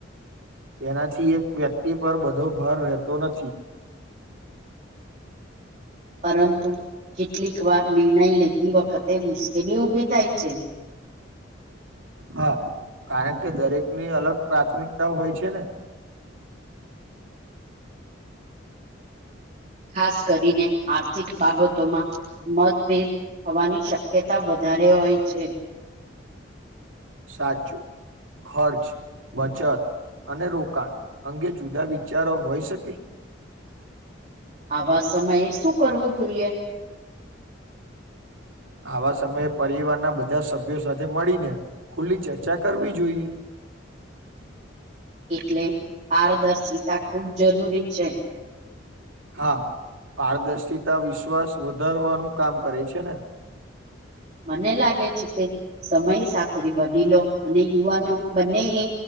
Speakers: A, on the right; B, on the right.
A: તેનાથી એક વ્યક્તિ પર બધો ભાર રહેતો નથી.
B: પરંતુ કેટલીક વાર નિર્ણય લેતી વખતે મુશ્કેલી ઉઊભી થાય છે. <inaudible>
A: હા કારણ કે દરેકની અલગ પ્રાથમિકતાઓ હોય છે ને.
B: <inaudible> ખાસ કરીને આર્થિક બાબતોમાં મતભેદ થવાની શક્યતા વધારે હોય છે.
A: સાચું ખર્ચ બચત. અને રોકાણ અંગે જુદા વિચારો હોય શકે.
B: આવા સમયે શું કરવું જોઈએ.
A: આવા સમયે પરિવારના બધા સભ્યો સાથે મળીને ખુલ્લી ચર્ચા કરવી જોઈએ.
B: <inaudible> એટલે પારદર્શિતા ખૂબ જરૂરી છે
A: હા પારદર્શિતા વિશ્વાસ વધારવાનું કામ કરે છે ને
B: મને લાગે છે કે સમય સાથે વડીલો અને યુવાનો બંને એ